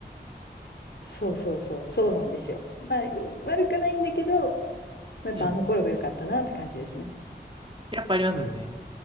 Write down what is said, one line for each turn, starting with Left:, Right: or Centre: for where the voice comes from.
Left: そうそうそう。そうなんですよ。まあ、悪くないんだけど、まあやっぱあの頃が良かったなって感じですね。
Right: うん。やっぱありますよね。